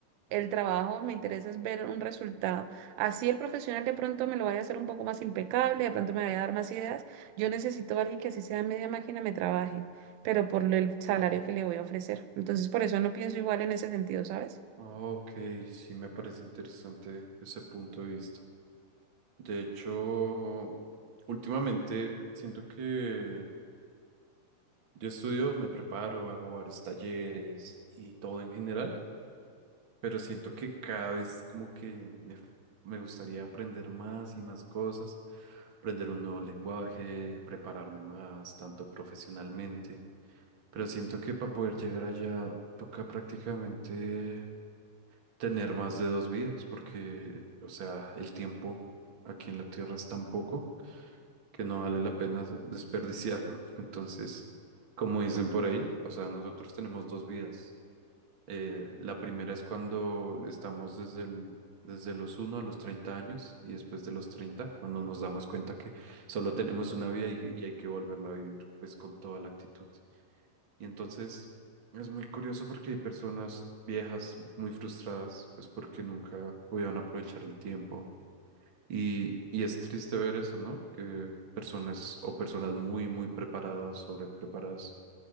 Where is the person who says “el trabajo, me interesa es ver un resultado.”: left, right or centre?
Right